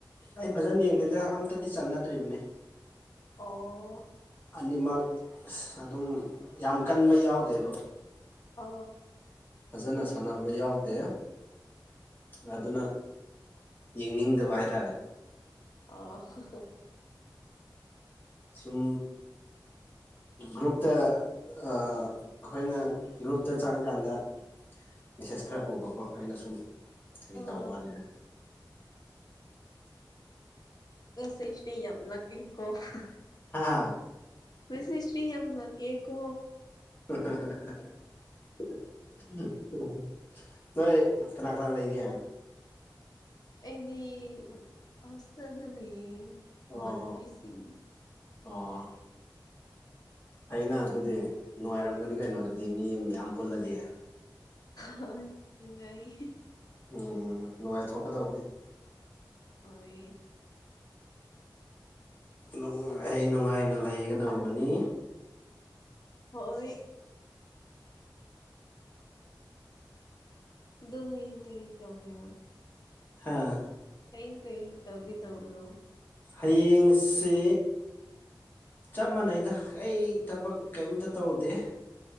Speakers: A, on the left (about 25°); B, on the left (about 55°).
A: ꯑꯩ ꯐꯖꯅ ꯌꯦꯡꯗꯦꯗ ꯑꯝꯇꯗꯤ ꯆꯅꯗ꯭ꯔꯤꯕꯅꯤ
B: ꯑꯣ
A: ꯑꯅꯤꯃꯛ ꯑꯁ ꯑꯗꯨꯝ ꯌꯥꯝ ꯀꯟꯕ ꯌꯥꯎꯗꯦꯕ
B: ꯑ
A: ꯐꯖꯅ ꯁꯥꯟꯅꯕ ꯌꯥꯎꯗꯦ ꯑꯗꯨꯅ ꯌꯦꯡꯅꯤꯡꯗꯕ ꯍꯥꯏꯇꯥꯔꯦ
B: ꯑ
A: ꯁꯨꯝ ꯒ꯭ꯔꯨꯞꯇ ꯑꯥ ꯑꯩꯈꯣꯏꯅ ꯒ꯭ꯔꯨꯞꯇ ꯆꯪꯉꯀꯥꯟꯗ ꯃꯦꯁꯦꯁ ꯈꯔ ꯎꯕꯀꯣ ꯑꯩꯅ ꯁꯨꯝ ꯀꯔꯤ
B: ꯑꯥ
A: ꯇꯧꯋꯥꯅꯤꯅꯦ
B: <unintelligible>
A: ꯍꯥꯥ
B: <unintelligible> ꯌꯥꯝ ꯂꯥꯛꯑꯦꯀꯣ
A: <unintelligible> ꯅꯣꯏ ꯀꯅꯥ ꯀꯅꯥ ꯂꯩꯒꯦ
B: ꯑꯩꯗꯤ ꯍꯣꯁꯇꯦꯜꯗ ꯂꯩꯌꯦ
A: ꯑꯣ
B: ꯃꯥꯟꯅꯕꯤ ꯁꯤꯡ
A: ꯑꯣ ꯐꯩꯅ ꯑꯗꯨꯗꯤ ꯅꯨꯡꯉꯥꯏꯔꯝꯒꯅꯤ ꯀꯩꯅꯣ ꯑꯗꯨꯗꯤ ꯃꯤ ꯃꯌꯥꯝ ꯄꯨꯜꯂꯗꯤ
B: ꯍꯣꯏ ꯅꯨꯡꯉꯥꯏꯌꯦ
A: ꯎꯝ ꯅꯨꯡꯉꯥꯏꯊꯣꯛꯀꯗꯧꯕꯅꯤ
B: ꯍꯣꯏ
A: ꯅꯨꯡꯉꯥꯏ ꯅꯨꯡꯉꯥꯏꯅ ꯂꯩꯒꯗꯧꯕꯅꯤ
B: ꯍꯣꯏ <unintelligible>
A: ꯍꯥꯥ
B: <unintelligible> ꯀꯩ ꯇꯧꯒꯦ ꯇꯧꯕ꯭ꯔꯣ
A: ꯍꯥꯌꯦꯡꯁꯤ ꯆꯞ ꯃꯥꯟꯅꯩꯗ ꯀꯩ ꯊꯕꯛ ꯀꯩꯝꯇ ꯇꯧꯗꯦ